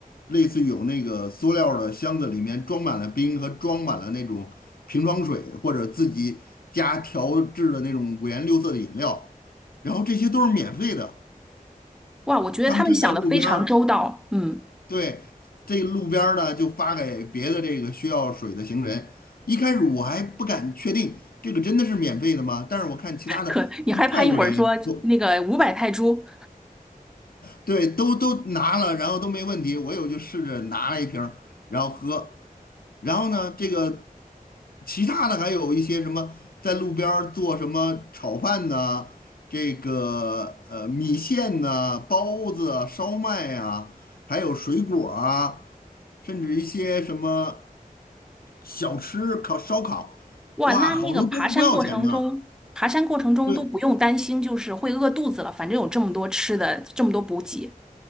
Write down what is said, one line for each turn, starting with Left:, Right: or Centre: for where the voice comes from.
Left: 类似有那个塑料的箱子，里面装满了冰和装满了那种瓶装水，或者自己家调制的那种五颜六色的饮料，然后这些都是免费的。
Centre: 哇，我觉得他们想的非常周到。
Left: 他们站在路边儿
Centre: 嗯，
Left: 对，这路边儿呢就发给别的这个需要水的行人。一开始我还不敢确定这个真的是免费的吗？但是我看其他的，
Centre: 可你害怕一会儿说那个五百泰铢，
Left: 他们泰国人都对，都都拿了，然后都没问题。我有就试着拿了一瓶儿，然后喝。然后呢，这个其他的还有一些什么，在路边儿做什么炒饭呐、这个呃米线呐、包子啊、烧麦啊，还有水果儿啊，甚至一些什么小吃、烤烧烤，
Centre: 哇，
Left: 哇，
Centre: 那那个爬山过程中，
Left: 好多都是不要钱的。
Centre: 爬山过程中都不用担心，
Left: 对，
Centre: 就是会饿肚子了，反正有这么多吃的，这么多补给。